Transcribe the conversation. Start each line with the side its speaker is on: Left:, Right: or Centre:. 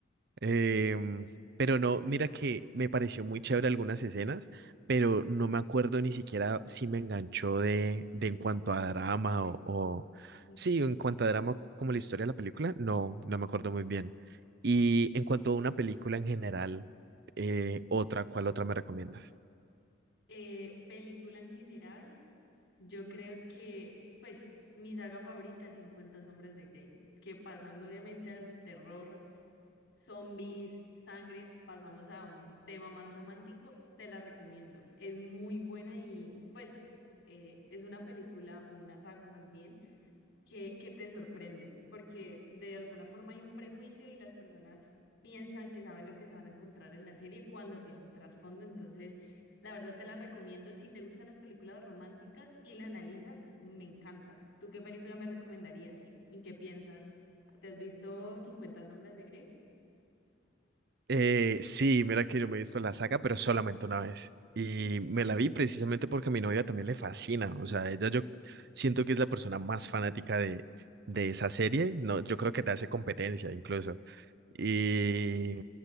Right: Em, pero no, mira que me pareció muy chévere algunas escenas, pero no me acuerdo ni siquiera si me enganchó de, de en cuanto a drama o,
Left: Ok.
Right: Sí, en cuanto a drama, como la historia de la película, no, no me acuerdo muy bien. Y en cuanto a una película en general, eh, otra, ¿cuál otra me recomiendas?
Left: Eh, película en general, yo creo que, pues, mi saga favorita es 50 Sombras de Grey, que pasando obviamente al terror zombies, sangre, pasamos a un tema más romántico, te la recomiendo. Es muy buena y pues eh, es una película o una saga más bien que, que te sorprende, porque de alguna forma hay un prejuicio y las personas piensan que saben lo que se van a encontrar en la serie cuando tiene un trasfondo, entonces la verdad te la recomiendo. Si te gustan las películas románticas y la analizas, me encanta. ¿Tú qué película me recomendarías? ¿Sí? ¿Y qué piensas? ¿Te has visto cincuenta sombras de Grey?
Right: Eh, sí, mira que yo me he visto la saga, pero solamente una vez. Y me la vi precisamente porque a mi novia también le fascina. O sea, ella yo siento que es la persona más fanática de, de esa serie. No, yo creo que te hace competencia incluso. Y,